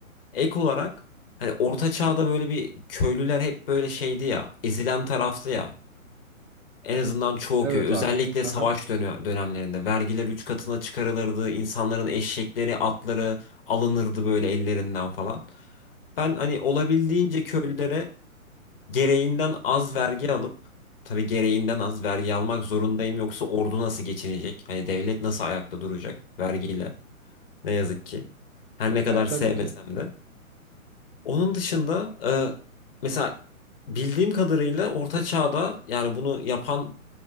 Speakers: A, on the left; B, on the right.
A: Ek olarak hani Orta Çağ'da böyle bir köylüler hep böyle şeydi ya, ezilen taraftı ya. En azından çoğu
B: Evet
A: köy özellikle
B: abi. Aha.
A: savaş dönü- dönemlerinde vergiler üç katına çıkarılırdı. İnsanların eşekleri, atları alınırdı böyle ellerinden falan. Ben hani olabildiğince köylülere gereğinden az vergi alıp tabii gereğinden az vergi almak zorundayım yoksa ordu nasıl geçinecek? Hani devlet nasıl ayakta duracak vergiyle? Ne yazık ki. Her ne kadar
B: Yani tabii
A: sevmesem
B: ki.
A: de. Onun dışında e, mesela Bildiğim kadarıyla Orta Çağ'da yani bunu yapan